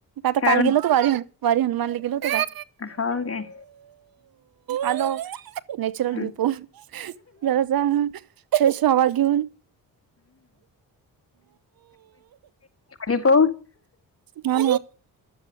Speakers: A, on the right; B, on the left.
A: आता
B: काय
A: काल गेलो होत वारीन वारीन मानले गेलो होत का
B: हाव काय.
A: आलो नॅचरलयुपो
B: हम्म.
A: जरास सहा वाजले
B: पाणी पाऊस
A: हा